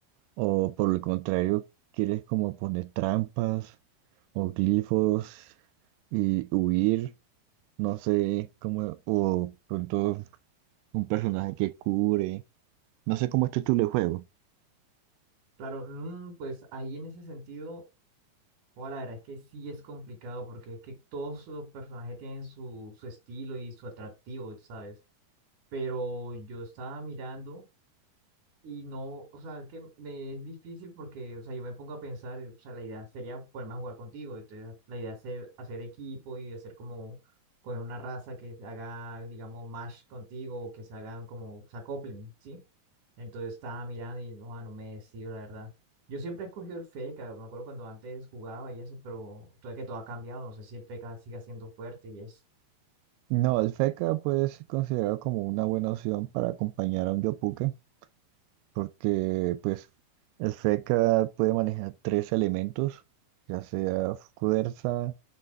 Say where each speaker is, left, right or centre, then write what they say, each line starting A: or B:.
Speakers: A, on the right; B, on the right.
A: O por el contrario, quieres como poner trampas o glifos y huir, no sé cómo, o pronto un personaje que cubre, no sé cómo es tu el juego.
B: Claro, mm, pues ahí en ese sentido. Bueno, la verdad es que sí es complicado porque es que todos los personajes tienen su, su estilo y su atractivo, ¿sabes? Pero yo estaba mirando. Y no, o sea, es que me es difícil porque, o sea, yo me pongo a pensar, o sea, la idea sería ponerme a jugar contigo, entonces la idea es hacer, hacer equipo y hacer como, coger una raza que haga, digamos, match contigo, o que se hagan como, se acoplen, ¿sí? Entonces estaba mirando y no, ah, no me decido, la verdad. Yo siempre he escogido el FECA, me acuerdo cuando antes jugaba y eso, pero todavía que todo ha cambiado, no sé si el FECA siga siendo fuerte y eso.
A: No, el Fekka puede ser considerado como una buena opción para acompañar a un Yopuke, porque pues el Fekka puede manejar tres elementos, ya sea fuerza,